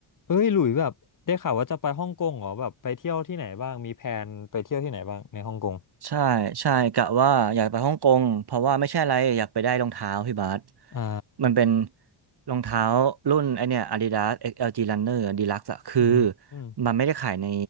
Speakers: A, on the left (about 40°); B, on the right (about 50°).
A: เอ้ยหลุยแบบได้ข่าวว่าจะไปฮ่องกงเหรอแบบไปเที่ยวที่ไหนบ้างมีแผนไปเที่ยวที่ไหนบ้างในฮ่องกง
B: ใช่ใช่กะว่าอยากไปฮ่องกงเพราะว่าไม่ใช่อะไรอยากไปได้รองเท้าพี่บาส
A: อ่า
B: มันเป็นรองเท้ารุ่นไอเนี่ย Adidas XLG Runner Deluxe อะคือ
A: อืมอม
B: มันไม่ได้ขายใน